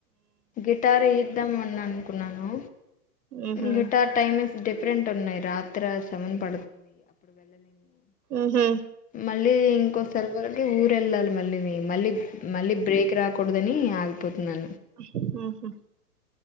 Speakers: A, on the left; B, on the right.
A: గిటారు ఇద్దాం ఆన్ కున్నను
B: ఉహు
A: గిటార్ టైమి డిఫరెంట్ ఉన్నాయి రాత్ర సెవన్ పడుతుంది అప్పుడు వెళ్ళలేంము
B: మ్ హు
A: మళ్ళీ ఇంకోసరి వరకు ఊరు ఎళ్ళాలి మళ్ళీ మీ మళ్ళీ మళ్ళీ బ్రేక్ రాద్ కూడదని ఆగిపోతున్నాను
B: హు హు